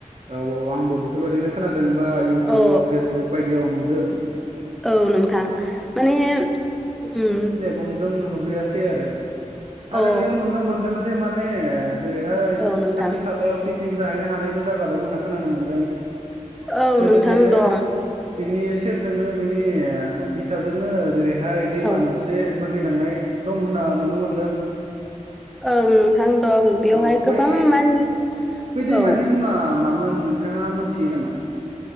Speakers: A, on the right (about 55°); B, in the centre.
A: औ औ आंबो बेफोरबायदिनो खोनादों बा इउटुब
B: अ
A: फेसबुक बायदियाव नुदों।
B: औ नोंथां माने उम
A: बनजों नु-नुबैयाखै आरो आरो
B: अ
A: बेयाव नुनो मोनदों जे माने ओ जेरैहाय
B: औ नोंथां
A: खाथि खालायाव पिकनिक जाहैनो हानायबो जागा दं होनना खोनानो मोनदों।
B: औ
A: लोगोसेनो
B: नोंथां दं
A: बिनि सेरजोंनो बिनि ओ बि खाजोंनो जेरैहाय दैमा
B: औ
A: मोनसे बोहैलांनाय दं होनना नुनो मोनदों।
B: औ नोंथां दं बेवहाय
A: औ बै
B: गोबां मान
A: बै दैमानि
B: औ
A: मुङा मामोन नोंथाङा मोनथियो नामा?